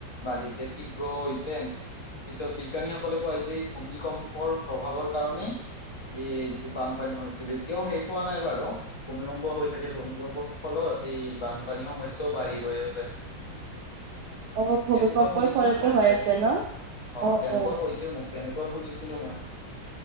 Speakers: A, on the left; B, on the right.
A: বাঢ়িছে তীব্ৰ হৈছে। পিছত বিজ্ঞানীসকলে কয় যে ভূমিকম্পৰ প্ৰভাৱৰ কাৰণে- এই বানপানী হৈছিল এতিয়াও শেষ হোৱা নাই বাৰু ভূমিকম্প- হৈ থাকে, ভূমিকম্পৰ ফলত এই বানপানীৰ সমস্যাও বাঢ়ি গৈ আছে।
B: অ'
A: সে
B: ভূমিকম্পৰ
A: তেনেকুৱা শুনিছিলো
B: ফলতে
A: মই,
B: হৈ
A: তেনেকুৱা
B: আছে
A: ক
B: ন
A: অঁ
B: অ'
A: তেনেকুৱা
B: অ'
A: কৈছিল মোক। তেনেকুৱা শুনিছিলো মই।